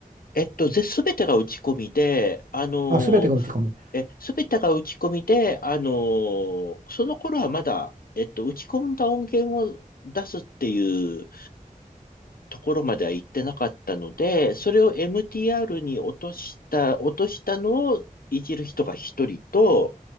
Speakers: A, on the left; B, on the right.
A: えっと、ぜすべてが打ち込みで、あの、
B: あ、すべてが打ち込み。
A: え、すべてが打ち込みで、あの、その頃はまだ、えっと、打ち込んだ音源を出すっていうところまでは行ってなかったので、それを MTR に落とした、落としたのをいじる人が一人と、